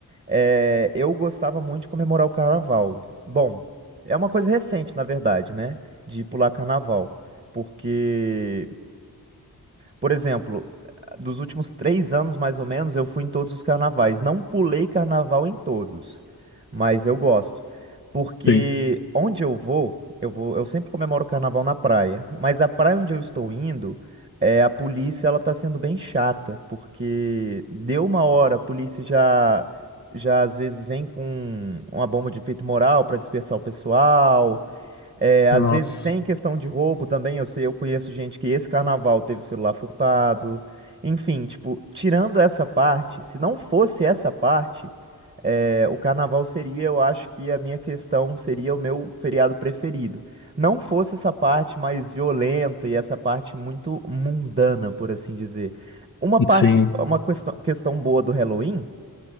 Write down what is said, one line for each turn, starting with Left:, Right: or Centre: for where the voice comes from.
Right: É, eu gostava muito de comemorar o carnaval. Bom, é uma coisa recente, na verdade, né? De pular carnaval. Porque por exemplo, dos últimos três anos, mais ou menos, eu fui em todos os carnavais. Não pulei carnaval em todos, mas eu gosto. Porque
Left: Sim.
Right: onde eu vou, eu vou, eu sempre comemoro o carnaval na praia. Mas a praia onde eu estou indo, é, a polícia, ela tá sendo bem chata. Porque deu uma hora, a polícia já, já às vezes vem com uma bomba de efeito moral para dispersar o pessoal. É, às
Left: Nossa.
Right: vezes tem questão de roubo também. Eu sei, eu conheço gente que esse carnaval teve celular furtado. Enfim, tipo, tirando essa parte, se não fosse essa parte, é, o carnaval seria, eu acho que a minha questão seria o meu feriado preferido. Não fosse essa parte mais violenta e essa parte muito mundana, por assim dizer. Uma parte,
Left: Sim,
Right: uma questão, questão boa do Halloween